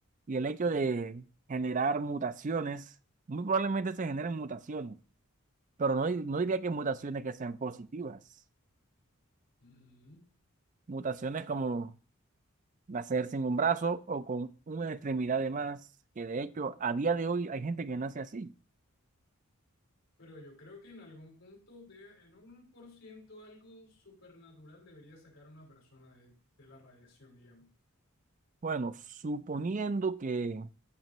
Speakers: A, on the right (about 35°); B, on the left (about 65°).
A: Y el hecho
B: Sí.
A: de generar mutaciones, muy probablemente se generen mutaciones, pero no, di- no diría que mutaciones que sean positivas.
B: Ujú.
A: Mutaciones como nacer sin un brazo o con una extremidad de más, que de hecho a día de hoy hay gente que nace así.
B: Pero yo creo que en algún punto, de, en un uno por ciento algo supernatural debería sacar a una persona de, de la radiación, digamos.
A: Bueno, suponiendo que